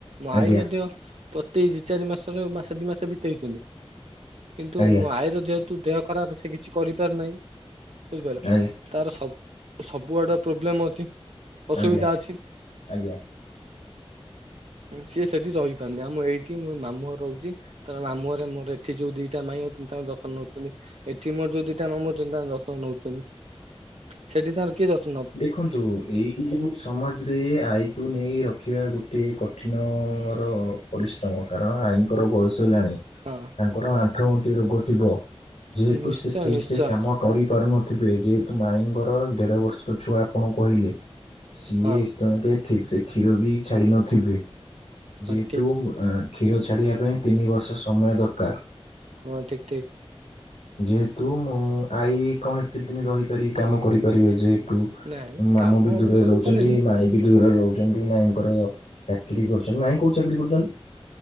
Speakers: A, on the right; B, on the left.
A: ମୋ
B: ଆଜ୍ଞା
A: ଆଈ ମଧ୍ୟ ପ୍ରତି ଦି ଚାରି ମାସର ମାସେ ଦି ମାସ ବିତେଇଛନ୍ତି କିନ୍ତୁ
B: ଆଜ୍ଞା
A: ମୋ ଆଈର ଯେହେତୁ ଦେହ ଖରାପ ସେ କିଛି କରିପାରୁନାହିଁ। ବୁଝିପାଇଲ
B: ଆଜ୍ଞା
A: ତାର ସବୁ ସବୁଆଡେ ପ୍ରୋବ୍ଲେମ୍ ଅଛି ଅସୁବିଧା
B: ଆଜ୍ଞା
A: ଅଛି
B: ଆଜ୍ଞା। <inaudible>
A: ସିଏ ସେଠି ରହିପାରୁନି ଆମ ଏଇଠି ମୁଁ ମାମୁଁ ଘରେ ରହୁଛି ତାର ମାମୁଁ ଘରେ ମୋର ଏଠି ଯୋଉ ଦିଟା ମାଇ ଅ ତାଙ୍କ ଯତ୍ନ ନଉଛନ୍ତି ଏଠି ମୋର ଯଉ ଦିଟା ମାମୁଁ ତାଙ୍କ ଯତ୍ନ ନଉଛନ୍ତି। ସେଠି ତାଙ୍କର କିଏ ଯ
B: ଦେଖନ୍ତୁ ଏଇ ଯୋଉ ସମାଜରେ ଆଈକୁ ନେଇ ରଖିବା ଗୋଟେ କଠିନ ମର ପରିଶ୍ରମ କାରଣ ଆଈ କଂର ବଯସ ହେଲାନି
A: ହଁ
B: ତାଙ୍କର ଆଣ୍ଠୁଗଣ୍ଠି ରୋଗ ଥିବ ଯେହେତୁ
A: ହଁ, ନିଶ୍ଚୟ
B: ସେ ଠିକ
A: ନିଶ୍ଚୟ
B: ସେ କାମ କରିପାରୁନଥିବେ ଯେହେତୁ ମାଇ ଦେଢ଼ ବର୍ଷର ଛୁଆ ଆପଣଙ୍କୁ କହିଲେ, ସିଏ
A: ହଁ
B: ଠିକ୍ ସେ କ୍ଷୀର ବି ଛାଡ଼ି ନଥିବେ
A: ହଁ
B: ଯେହେତୂ
A: ଠିକ୍
B: କ୍ଷୀର ଛାଡିବା ପାଇଁ ତିନି ବର୍ଷ ସମୟ ଦରକାର
A: ହଁ ଠିକ ଠିକ
B: ଯେହେତୁ ମୁଁ ଆଈ କଣ ଏତେ ଦିନ ରହିପାରିବି କାମ କରିପାରିବେ ଯେ ୁ
A: ନାଇଁ
B: ମାମୁ
A: କାମ
B: ବି
A: ଅବଶ୍ୟ
B: ଦୂରରେ ରହୁଛନ୍ତି
A: ନ କଲେ
B: ମାଇଁ ବି ଦୂରରେ ରହୁଛନ୍ତି ମାଇଁଙ୍କର ଚାକିରି ଗ୍ ମାଂଇ କୋଉଟି ଚାକିରି କରୁଛନ୍ତି?